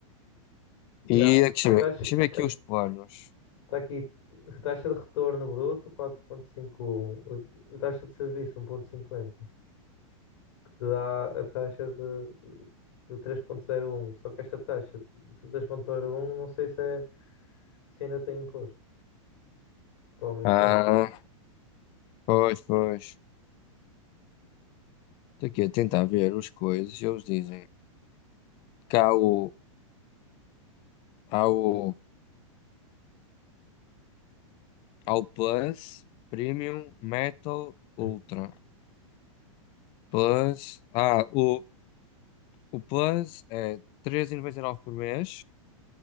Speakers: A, on the left; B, on the left.
A: Yeah.
B: E aqui,
A: A
B: deixa eu
A: taxa,
B: ver deixa eu ver aqui
A: tá aqui,
B: os planos.
A: tá aqui, a taxa de retorno bruto 4.51, a a taxa de serviço um vírgula cinquenta que te dá a taxa de, de três vírgula zero um Só que esta taxa de três vírgula zero um não sei se, é, se ainda tem imposto. Provavelmente
B: Ah,
A: tem.
B: pois, pois. Estou aqui a tentar ver as coisas e eles dizem que há o, há o, há o Plus, Premium, Metal, Ultra.
A: Hum.
B: Plus, ah, o, o Plus é treze vírgula noventa e nove por mês,